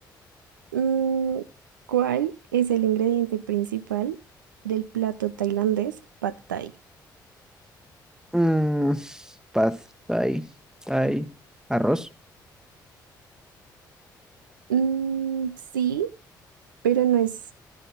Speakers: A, on the right; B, in the centre.
A: Mm, ¿cuál es el ingrediente principal del plato tailandés Pad Thai?
B: Mm, pad thai, thai, arroz.
A: Mm, sí, pero no es